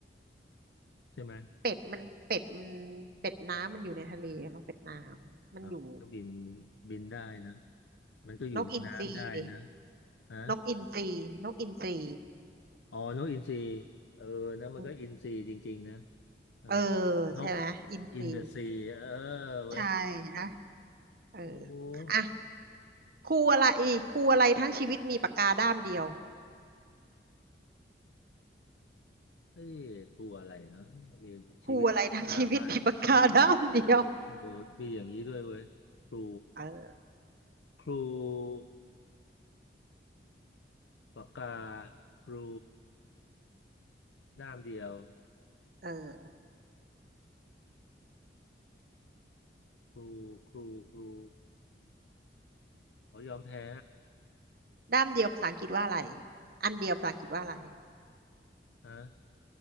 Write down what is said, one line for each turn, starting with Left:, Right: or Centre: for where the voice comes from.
Left: ใช่ไหม
Right: เป็ดมันเป็ดมันเป็ดน้ำมันอยู่ในทะเลอะนกเป็ดน้ำมันอยู่
Left: อ้าวก็บินบินได้นะมันก็อยู่ในน้ำได้นะ
Right: นกอินทรีดิ
Left: ฮะ
Right: นกอินทรีนกอินทรี
Left: อ๋อนกอินทรีเออนะมันก็อินทรีจริงๆนะ
Right: อืม
Left: เออ
Right: เออ
Left: นก
Right: ใช่ไหมอินทรี
Left: อินเดอะซีเออเว้ย
Right: ใช่นะเออ
Left: โอ้
Right: อ่ะครูอะไรครูอะไรทั้งชีวิตมีปากกาด้ามเดียว
Left: เฮ้ยตัวอะไรเนาะมีชีวิตคาบ้านด้าง
Right: ครูอะไรทั้งชีวิตมีปากกาด้ามเดียว
Left: โอ้มีอย่างนี้ด้วยเว้ยครู
Right: เออ
Left: ครู ปากกาครูด้ามเดียว
Right: เออ
Left: ครูครูครูขอยอมแพ้
Right: ด้ามเดียวภาษาอังกฤษว่าอะไรอันเดียวภาษาอังกฤษว่าอะไร
Left: อะฮะ